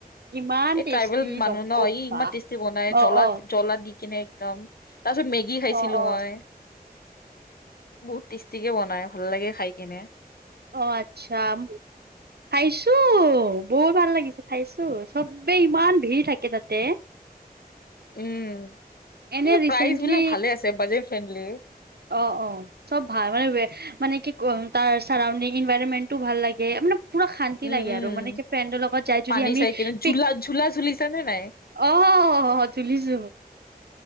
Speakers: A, on the right; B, on the left.
A: ইমান
B: এই
A: টেষ্টি
B: ট্ৰাইবেল মানুহ
A: নকবা
B: ন ই ইমান টেষ্টি বনাই।
A: অ
B: জ্বলা
A: অ
B: জলা দি কিনে একদম। তাৰ পিছত মেগি খাইছিলো
A: অ অ
B: মই। বহুত টেষ্টিকে বনাই। ভাল লাগে খাই কেনে।
A: অ, আচ্ছা খাইছো বৰু ভাল লাগিছিল। খাইছো। চবে ইমান ভিৰ থাকে তাতে।
B: উম,
A: এনে
B: কিন্তু
A: ৰিচেন্টলি
B: প্ৰাইজ বিলাক ভালে আছে। Budget friendly.
A: অ -অ চব ভাল মানে মানে কি ক তাৰ চাৰাউণ্ডিং ইনভাইৰনমেন্টটো ভাল লাগে। মানে পুৰা শান্তি
B: উম
A: লাগে
B: উম
A: আৰু। মানে কি ফ্ৰেণ্ডৰ লগত যাই যদি
B: পানী
A: আমি
B: চাই কিনে
A: পিক
B: ঝুলা ঝুলা ঝুলিছা নে নাই
A: অ, তুলিছো।